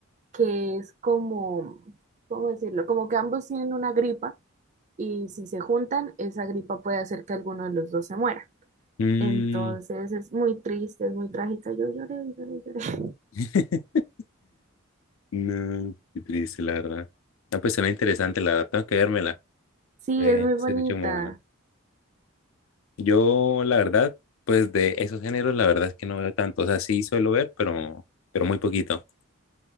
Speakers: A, on the right (about 35°); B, on the left (about 70°).
A: que es como, ¿cómo decirlo? Como que ambos tienen una gripa y si se juntan, esa gripa puede hacer que alguno de los dos se muera.
B: Mm,
A: Entonces es muy triste, es muy trágica. Yo lloré, lloré, lloré. <laughs>
B: <laughs> No, qué triste, la verdad. No, pues suena interesante, la verdad. Tengo que vérmela.
A: Sí,
B: Eh,
A: es muy bonita.
B: se escucha muy buena. Yo, la verdad, pues de esos géneros, la verdad es que no veo tanto. O sea, sí suelo ver, pero, pero muy poquito.